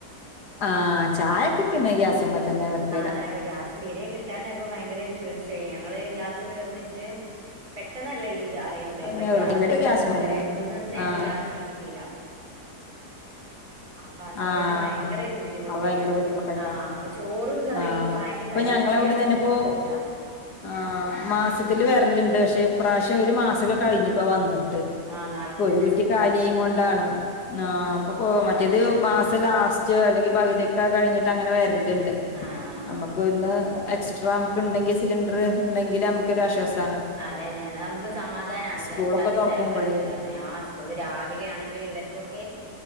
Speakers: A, on the left; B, on the right.
A: ആഹ് ചായെക്കെ പിന്നെ ഗ്യാസ്മ്മത്തന്നെ വെക്കല്
B: ഇങ്ങനാവുമ്പോ ഗ്യാസ് സ്തീരെ കിട്ടാണ്ടായപ്പൊ ഭയങ്കരായ്ട്ട് പേടിച്ചാേയീ ഞങ്ങള് ഗ്യാസ് തീർന്നിട്ട് പെട്ടെന്നല്ലേ ഈ ഇത്അറിയുന്നത് അപ്പൊ
A: പിന്നെ
B: ഗ്യാസ്
A: എളുപ്പം
B: തീർന്നപ്പോ
A: ഗ്യാസുമ്മ തന്നെ
B: രണ്ടൂന്നൂസം ഞങ്ങക്ക്
A: ആഹ്
B: ഗ്യാസ് കിട്ടീല അപ്പാ ആസമയത്ത്
A: ആഹ്
B: ഭയങ്കരായിട്ട് ബുദ്ധിമുട്ടി
A: അത് ഭയങ്കര ബുദ്ധിമുട്ടുണ്ടാവും
B: ആഹ് ചോറും കറി
A: ആഹ്
B: ചായന്റെ
A: ഇപ്പൊ
B: കടിയൊക്കെ
A: ഞങ്ങളവിടന്ന്
B: നമ്മക്ക്
A: തന്നെ ഇപ്പോ
B: കൊഴപ്പല്ല
A: ആഹ് മാസത്തില് വരല്ണ്ട് പക്ഷെ ഇപ്രാവശ്യം ഒരു മാസൊക്കെ കഴിഞ്ഞുപ്പൊ വന്ന് ട്ട്
B: ആഹ് നാല്പത്തഞ്ച്
A: ഒരു കുറ്റി
B: ദിവസം
A: കാലിആയിങ്ങോണ്ടാണ് ആഹ് അപ്പൊ കോ- മറ്റത് മാസം ലാസ്റ്റ് അല്ലെങ്കി പകുതിയൊക്കെ കഴിഞ്ഞിട്ട് അങ്ങനെ വരല്ണ്ട്
B: ആഹ്
A: നമ്മക്ക് ഒന്ന് എക്സ്ട്രാഅമ്മക്ക് ഇണ്ടെങ്കി സിലിണ്ടർ ഇണ്ടെങ്കില് അമ്മക്കൊര് ആശ്വാസ-
B: അതന്നെ അആകുമ്പോ സ് സമാധാനാണ്
A: സ്കൂളൊക്കെ
B: ഗ്യാസ് കത്തിച്ചാലും
A: തുറക്കുമ്പോഴേ
B: പ്രശ്നല്ലാന്നെ ആഹ് സ്കൂള് രാവിലെ ആണെങ്കില് ഇവര്ക്കൊക്കെ